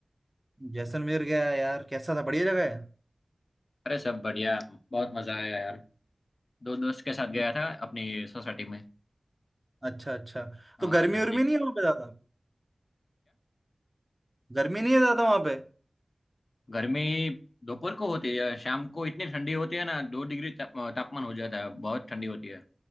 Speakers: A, on the right; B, on the left.
A: जैसलमेर गया यार कैसा था बढ़िया जगह है
B: अरे सब बढ़िया बहुत मजा आया यार दो दोस्त के साथ गया
A: हम्म।
B: था अपनी सोसाइटी में
A: अच्छा अच्छा
B: हाँ
A: तो गर्मी
B: नजदीक
A: उर्मी नहीं
B: में
A: है वहाँ पे ज्यादा गर्मी नहीं है ज्यादा वहाँ पे
B: गर्मी दोपहर को होती है या शाम को इतनी ठंडी होती है ना दो डिग्री ताप, तापमान हो जाता है बहुत ठंडी होती है